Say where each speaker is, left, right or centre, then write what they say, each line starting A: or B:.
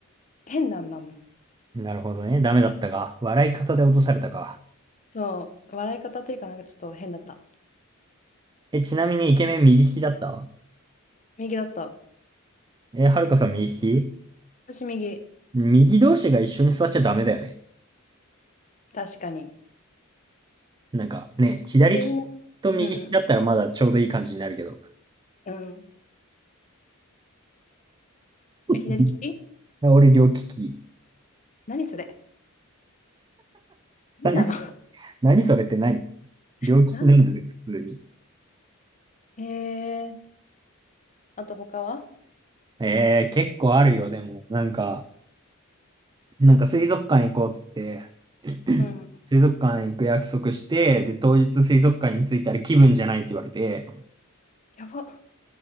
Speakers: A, on the left (about 35°); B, on the right (about 20°).
A: 変なんだもん。
B: なるほどね。ダメだったか。笑い方で落とされたか。
A: そう、笑い方というかなんかちょっと変だった。
B: え、ちなみにイケメン右利きだった
A: 右だった。
B: え、はるかさん右利き
A: 私右。
B: 右同士が一緒に座っちゃダメだよね。
A: 確かに。
B: なんかね、左利きと右利きだったらまだちょうどいい感じになるけど。
A: 左の、うん、うん。
B: <laughs>
A: え、左利き
B: 俺両利き。
A: 何それ何なの
B: <laughs> 何それって何
A: <laughs>
B: 両利きなんですよ、
A: 何なの
B: 普通に。
A: えー、あと他は
B: ええ、結構あるよ、でも。なんか、なんか水族館行こうっつって、<clears throat>
A: うん。
B: 水族館行く約束して、で、当日水族館に着いたら気分じゃないって言われて、
A: やば。